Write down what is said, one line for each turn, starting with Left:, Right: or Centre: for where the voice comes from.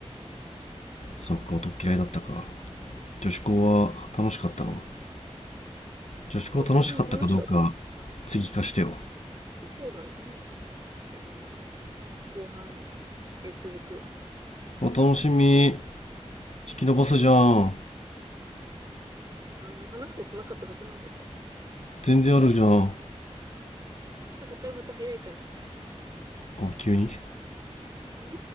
Left: そっか、男嫌いだったか。女子校は楽しかったの
Right: うん。楽しかった。
Left: 女子校楽しかったかどうか、
Right: うん、楽しかったよ。
Left: 次聞かしてよ。
Right: そうだね。じゃあ、後半、えー続く。
Left: あ楽しみ、引き伸ばすじゃん。
Right: あの、話すことなかったはずなんだけどね。
Left: 全然あるじゃん。
Right: <laughs> ここからまた早いから。
Left: あ、急に。
Right: うん